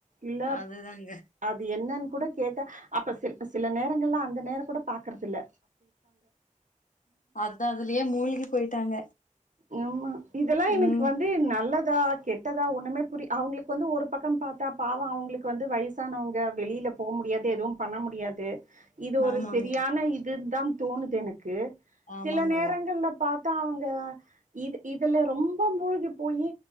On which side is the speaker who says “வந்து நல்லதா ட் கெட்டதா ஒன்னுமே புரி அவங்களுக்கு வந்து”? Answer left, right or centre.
Right